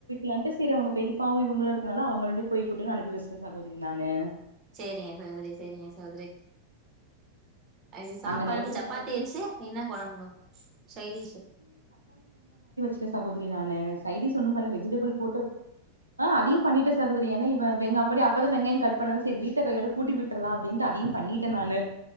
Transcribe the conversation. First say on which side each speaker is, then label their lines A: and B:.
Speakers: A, on the right (about 80°); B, on the right (about 30°).
A: லட்டுசெய்ரவங்க பெரிபாவு இவங்களு இருக்கனால அவங்களோடே போய் குடுனு அனுப்பி வச்சுட்டே சகோதரி நானு
B: செரிங்க சகோதரி செரிங்க சகோதரி அடி சாப்பாடுக்கு
A: அங்க நைட்டுக்கு
B: சப்பாத்தி
A: சகோதரி
B: வச்சு என்ன குழம்பு சைரீஷ்
A: இல்லசகோதிரி நானு கைடி சொன்னு பல வெஜிடபிள் போட்டு ஆ அதையு பண்ணிட்டே சகோதரி ஏன்னா இவ வெங்க அப்படி அப்பதா வெங்காய கட் பண்ணதா சரி வீட்ட கையோட கூட்டி விட்டுரலா அப்டின்ட்டு அதையு பண்ணிட்டே நானு